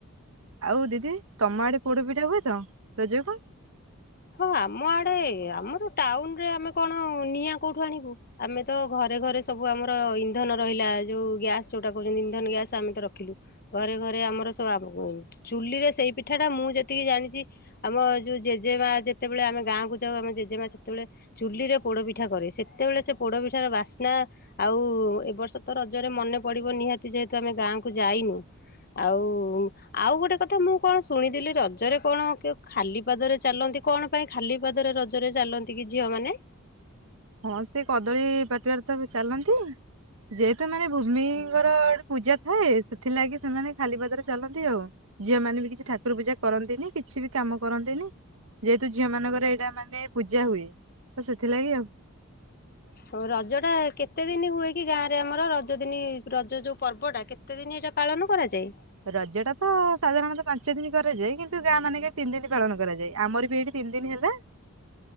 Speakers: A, on the right; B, on the left.
A: ଆଉ ଦିଦି ତମ ଆଡେ ପୋଡ ପିଠା ହୁଏ ତ ରଜକୁ?
B: ହଁ ଆମ ଆଡେ ଆମର ଟାଉନରେ ଆମେ କଣ ନିଆଁ କୋଉଠୁ ଆଣିବୁ ଆମେ ତ ଘରେ ଘରେ ସବୁ ଆମର ଇନ୍ଧନ ରହିଲା ଯୋଉ ଗ୍ୟାସ ଯୋଉଟା କହୁଛନ୍ତି ଇନ୍ଧନ ଗ୍ୟାସ ଆମେ ତ ରଖିଲୁ ଘରେ ଘରେ ଆମର ଚୁଲିରେ ସେଇ ପିଠା ଟା ମୁଁ ଯେତିକି ଜାଣିଛି ଆମ ଯୋଉ ଜେଜେମା ଯେତେବେଳେ ଆମେ ଗାଁକୁ ଯାଉ ଆମେ ଜେଜେମା ସେତେବେଳେ ଚୁଲିରେ ପୋଡ ପିଠା କରେ ସେତେବେଳେ ସେ ପୋଡ ପିଠାର ବାସ୍ନା ଆଉ ଏ ବର୍ଷ ତ ରଜରେ ମନେ ପଡିବ ନିହାତି ଯେହେତୁ ଆମେ ଗାଁକୁ ଯାଇନୁ ଆଉ ଆଉ ଗୋଟେ କଥା ମୁଁ କଣ ଶୁଣିଥିଲି ରଜରେ କଣ ଖାଲି ପାଦରେ ଚାଲନ୍ତି। କଣ ପାଇଁ ଖାଲି ପଦରେ ରଜରେ ଚାଲନ୍ତି କି ଝିଅ ମାନେ?
A: ହଁ ସେ କଦଳୀ ପାଟିବାରେ ତ ଚାଲନ୍ତି ଯେହେତୁ ମାନେ ଭୂମିଙ୍କର ଗୋଟେ ପୂଜା ଥାଏ ସେଥିଲାଗି ସେମାନେ ଖାଲିପଦରେ ଚାଲନ୍ତି ଆଉ ଝିଅ ମାନେ ବି କିଛି ଠାକୁର ପୂଜା କରନ୍ତିନି କିଛି ବି କାମ କରନ୍ତିନି ଯେହେତୁ ଝିଅ ମାନଙ୍କର ଏଇଟା ମାନେ ପୂଜା ହୁଏ ତ ସେଥିଲାଗି ଆଉ।
B: ହଉ ରଜ ଟା କେତେ ଦିନ ହୁଏ କି ଗାଁ ରେ ଆମର ରଜ ଦିନ ରଜ ଯୋଉ ପର୍ବଟା କେତେ ଦିନ ଏଇଟା ପାଳନ କରାଯାଏ।
A: ରଜ ଟା ତ ସାଧାରଣତଃ ପାଞ୍ଚ ଦିନ କରାଯାଏ କିନ୍ତୁ ଗାଁ ମାନେକ ତିନି ଦିନ ପାଳନ କରାଯାଏ ଆମର ବି ଏଇଠି ତିନି ଦିନ ହେଲା।